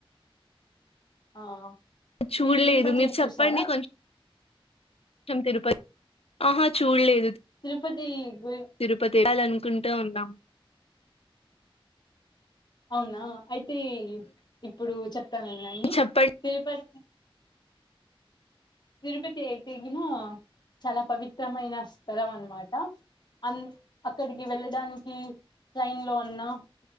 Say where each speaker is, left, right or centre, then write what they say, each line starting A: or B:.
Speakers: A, on the left (about 50°); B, on the left (about 85°).
A: ఆ
B: చూడలేదు
A: మీరు తిరుపతి
B: మీరు చెప్పండి
A: చూసారా
B: కొంచెం కొంచెం తిరుపతి ఆహా చూడలేదు
A: తిరుపతి గురి
B: తిరుపతి వెళ్ళాల అనుకుంటూ ఉన్నాం
A: అవునా అయితే ఇప్పుడు చెప్తానున్నాడి
B: చెప్పండి
A: తిరుపతి తిరుపతి అయి తగినా చాలా పవిత్రమైన స్థలం అన్నమాట అన్ అక్కడికి వెళ్ళడానికి ట్రైన్ లో అన్నా